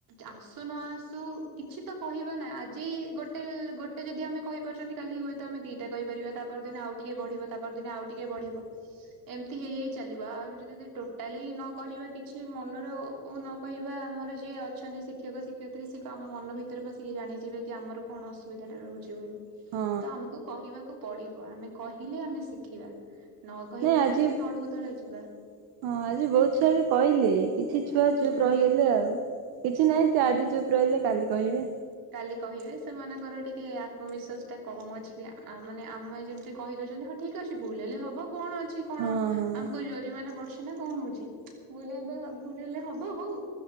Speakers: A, on the right; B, on the right.
A: ଆସୁ ନ ଆସୁ କିଛି ତ କହିବା ନାହି ଆଜି ଗୋଟେ ଗୋଟେ ଯଦି ଆମେ କହିପାରୁଛନ୍ତି କାଲି ହୁଏତ ଆମେ ଦିଟା କହିପାରିବା ତାପଦିନ ଆଉ ଟିକେ ବଢିବ ତାପଦିନ ଆଉ ଟିକେ ବଢିବ ଏମିତି ହେଇ ହୋଇ ଚାଲିବ ଆଉ ଆମେ ଯଦି ଟୋଟାଲି ନକ କିଛି ମନରେ ନ କହିବା। ଆମର ଯିଏ ଅଛନ୍ତି ଶିକ୍ଷକ ଶିକ୍ଷୟତ୍ରୀ ସେଏ ଆମ ମନ ଭିତରେ ବଶିକି ଜାଣିଯିବେ କି ଆମର କଣ ଅସୁବିଧା ଟା ରହୁଛି ବୋଲି।
B: ହଁ
A: ତ ଆମକୁ କହିବାକୁ ପଡିବ। ଆମେ କହିଲେ ଆମେ ଶିଖିବା। ନ କହିଲେ
B: ନାଇଁ ଆଜି
A: ସେମିତି
B: ହଁ
A: ତଳକୁ ତଳେ ଯିବା
B: ଆଜି ବହୁତ ଛୁଆ ବି କହିଲେ କିଛି ଛୁଆ
A: ହୁଁ।
B: ଚୁପ ରହିଗଲେ ଆଉ। କିଛି ନାହିଁ ସେ ଆଜି ଚୁପ୍ ରହିଲେ କାଲି କହିବେ।
A: କାଲି କହିବେ ସେମାନଙ୍କର ଟିକେ ଆତ୍ମବିଶ୍ୱାସ ଟା କମ୍ ଅଛି। ଆ ମାନେ ଆମେ ଯେମିତି କହିଦଉଛନ୍ତି ହଁ ଠିକ୍ ଅଛି ଭୁଲ ହେଲେ ହବ। କଣ ଅଛି କଣ
B: ହଁ ହଁ।
A: ଆମକୁ ଜୋରି ମନା ପଡୁଚି। କଣ ହଉଛି ଭୁଲ୍ ହେବେ ଭୁଲ୍ ହେଲେ ହବ ହଉ